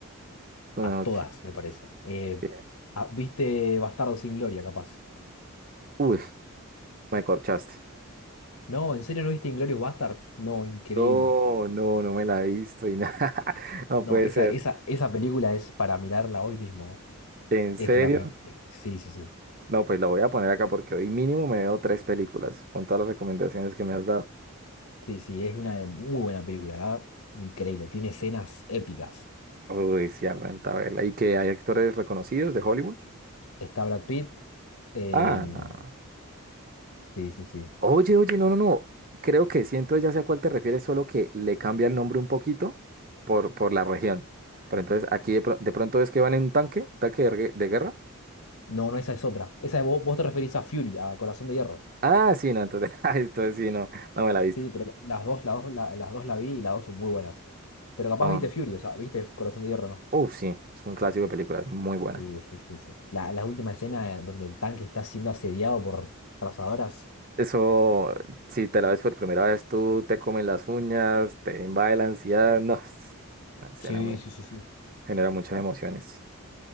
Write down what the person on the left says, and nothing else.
a todas,
me parece. Eh,
ah, ¿viste Bastardo sin Gloria, capaz?
No, ¿en serio no viste Inglorious Bastards No, increíble.
No,
esa,
esa, esa película es para mirarla hoy mismo.
Es
la me- eh, Sí, sí, sí.
Sí, sí, es una muy buena película, ¿verdad? Increíble. Tiene escenas épicas.
Está Brad Pitt. em,
sí, sí, sí.
No, no, esa es otra. Esa vos, vos te referís a Fury, a Corazón de Hierro.
Sí, pero la- las dos, las dos, la- las dos la vi y las dos son muy buenas. Pero capaz
viste Fury, o sea, viste Corazón de Hierro, ¿no?
Sí, sí, sí, sí. La, la última escena eh, donde el tanque está siendo asediado por trazadoras.
Sí,
sí, sí, sí.